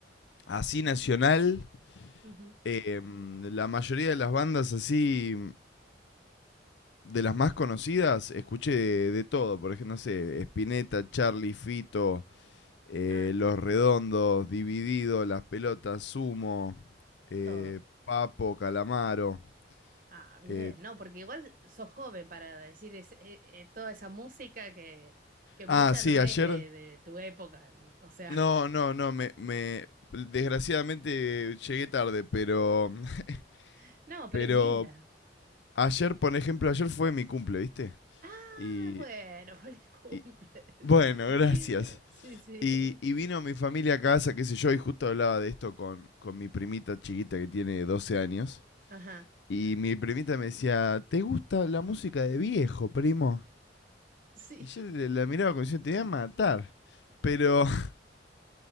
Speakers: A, on the left (about 70°); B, on the right (about 50°).
A: así nacional,
B: Ujú.
A: em, la mayoría de las bandas así, mm, de las más conocidas, escuché de, de todo. Por ejemplo, no sé, Spinetta, Charlie, Fito, eh,
B: Ah,
A: Los Redondos, Dividido, Las Pelotas, Sumo, eh,
B: todo.
A: Papo, Calamaro.
B: Ah, bien,
A: eh,
B: no, porque igual sos joven para decir es- eh, eh, toda esa música que, que mucha
A: ah, sí,
B: no
A: ayer.
B: es de, de tu época. O sea,
A: No, no, no, me, me- desgraciadamente llegué tarde, pero, <laughs>
B: <laughs> no, pero
A: pero
B: es linda.
A: ayer, por ejemplo, ayer fue mi cumple, ¿viste?
B: Ah,
A: Y,
B: bueno, <laughs> feliz cumple.
A: y- bueno,
B: Sí,
A: gracias.
B: sí, sí.
A: Y, y vino mi familia a casa, qué sé yo, y justo hablaba de esto con, con mi primita chiquita que tiene 12 años.
B: Ajá,
A: Y mi primita me decía, ¿te gusta la música de viejo, primo?
B: sí.
A: Y yo le- la miraba como diciendo, te voy a matar. Pero <laughs>